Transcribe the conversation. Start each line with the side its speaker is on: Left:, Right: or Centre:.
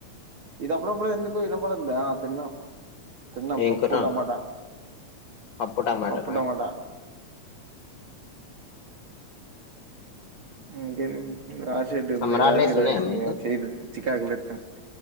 Right: ఇది అప్పుడు అప్పుడు ఎందుకో ఇడప్పుడందా తిన్న తన్న
Left: ఏం
Right: పప్పు
Left: కూర
Right: టమాటా
Left: పప్పు టమాటనా
Right: పప్పు టమాటా ఇంకేం రాశిరెడ్డి ఉన్నా
Left: సమ్మరాలు
Right: రాసి
Left: డేస్
Right: రాసిన
Left: ఉన్నాయా మీకు
Right: చేయలే చికాకులుస్తాం